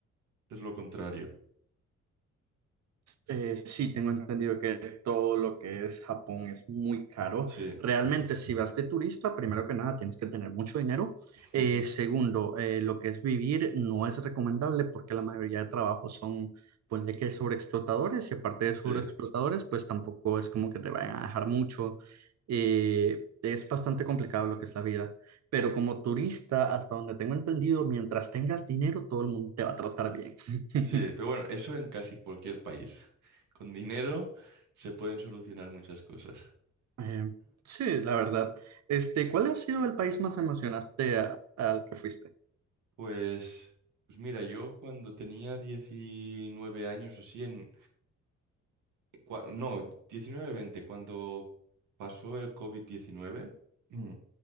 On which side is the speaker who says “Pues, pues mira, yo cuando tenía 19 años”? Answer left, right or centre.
Right